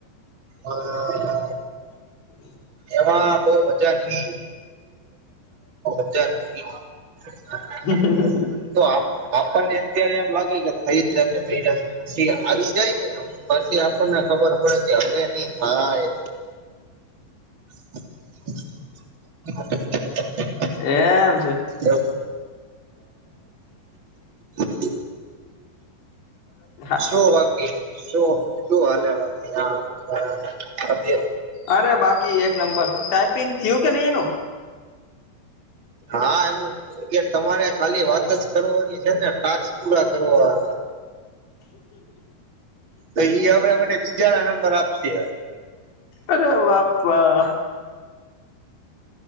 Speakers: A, on the right (about 30°); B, on the left (about 80°).
A: આપડણે
B: <inaudible>
A: એમાં બહ મજા નહીત મજા નથી. <inaudible>
B: હ
A: તો આપણને અત્યારે એમ લાગે કે થઈ જશે થઈ જશેી આવી જાય ને. પછી આપણને ખબર પડે કે હવે નઈ થાય <inaudible>
B: એમ છે
A: એ હ <inaudible>
B: હ
A: શું વાકી શું શું હલે વાકી
B: અરે બાકી એક નંબર ટાઈપિંગ થયું કે નહી એનું
A: હા એનું કે તમારે ખાલી વાત જ કરવાની છે ને ટા પૂરા કરવા તો આપડ મ બીજા ના નંબર આપશે
B: અરે બાપા